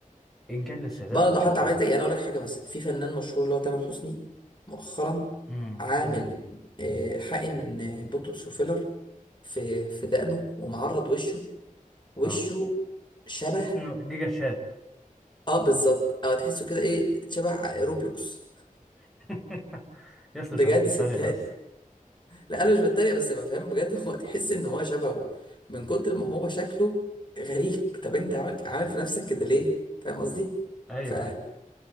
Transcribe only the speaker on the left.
برضه
حتى عملت يعني اقول لك حاجه مثلا في فنان مشهور اللي هو تامر حسني مؤخرا
عامل
آه، حقن بوتوكس وفيلر في في دقنه ومعرض وشه وشه
شبه
اه بالظبط او تحسه كده ايه شبه روبلوكس
بجد
صدقني
لا انا مش بتريق بس بفهم بجد <laughs> هو تحس ان هو شبهه من كتر ما هو شكله غريب طب انت عامل عامل في نفسك كده ليه فاهم قصدي
ف